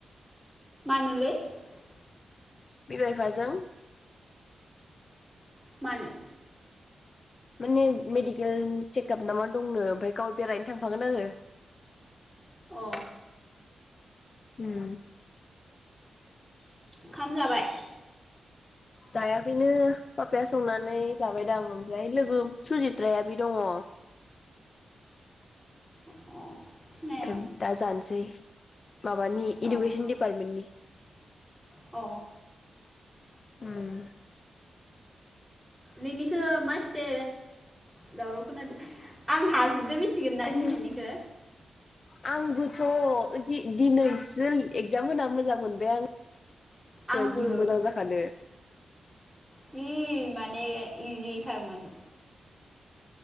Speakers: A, in the centre; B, on the left (about 40°).
A: <unintelligible>
B: बिमा बिफाजों
A: मानो?
B: माने मेडिकेल चेकआप ना मा दंनो ओमफ्राय गाव बेरायनो थांफागोन आरो
A: अ
B: उम
A: खाम जाबाय?
B: जायाखैनो पापाया संनानै जाबायदां ओमफ्राय लोगो सुजित्राया बि दङ।
A: अ सिनाया
B: <unintelligible> दा जानोसै। माबानि इडुकिसन
A: आं
B: डिपार्टमेन्टनि।
A: अ।
B: उम
A: नोंनिखो मासे दावराव खोनादो? आं हाजोबदो <unintelligible> थिगोन ना
B: आंनिया
A: दिनैनिखो
B: आंबोथ' ओ दि-दिनैसो एगजाम होना मोजां मोनबाय आं।
A: आंबो
B: जि मोजां जाखादो
A: जि मा ने इजिथारमोन।